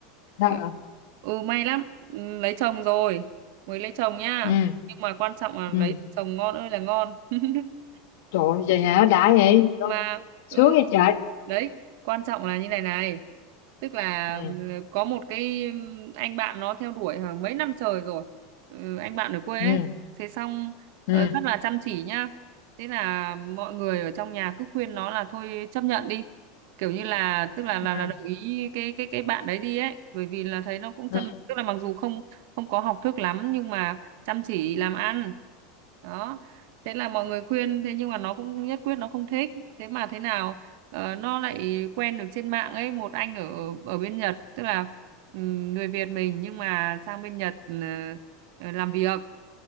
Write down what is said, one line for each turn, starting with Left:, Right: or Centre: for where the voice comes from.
Right: ờ,
Left: Sao vậy?
Right: ừ may lắm Ừ, lấy chồng rồi mới lấy chồng nhá
Left: ừ.
Right: nhưng mà quan trọng là
Left: ừ.
Right: lấy chồng ngon ơi là ngon <laughs>
Left: trời ơi, vậy hả đã vậy Đâu...
Right: mà
Left: sướng
Right: ừ
Left: vậy trời
Right: đấy quan trọng là như này này tức là
Left: ừ.
Right: ừ, có một cái ừm, anh bạn nó theo đuổi hàng mấy năm trời rồi ừ, anh bạn ở quê
Left: Ừ.
Right: ấy thế xong
Left: Ừ.
Right: ờ, rất là chăm chỉ nhá thế là mọi người ở trong nhà cứ khuyên nó là thôi chấp nhận đi kiểu như là tức là là,
Left: Ừ.
Right: là đồng ý cái cái cái bạn đấy đi ấy bởi vì là thấy nó cũng
Left: Ừ.
Right: chăm tức là mặc dù không không có học thức lắm nhưng mà chăm chỉ làm ăn đó thế là mọi người khuyên thế nhưng mà nó cũng nhất quyết nó không thích thế mà thế nào ờ, nó lại quen được trên mạng ấy một anh ở ở bên Nhật tức là ừm, người Việt mình nhưng mà sang bên Nhật ờ, ờ, làm việc